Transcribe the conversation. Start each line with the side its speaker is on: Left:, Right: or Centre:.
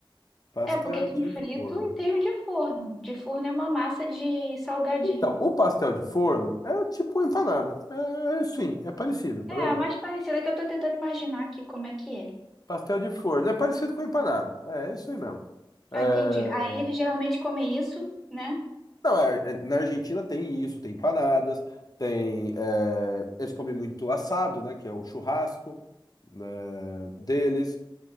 Left: Pastel
Centre: É, porque tem
Left: de
Centre: frito
Left: forno.
Centre: e tem o de forno. De forno é uma massa de salgadinho.
Left: Então, o pastel de forno é tipo uma empanada. É, é sim, é parecido, tá
Centre: É,
Left: vendo?
Centre: a mais parecida que eu tô tentando imaginar aqui como é que é.
Left: Pastel de forno é parecido com empanada. É, é isso aí mesmo. É,
Centre: Ah, entendi. Aí eles geralmente comem isso, né?
Left: Não, é, é- na Argentina tem isso, tem empanadas, tem. é, Eles comem muito assado, né? Que é o churrasco, né, deles.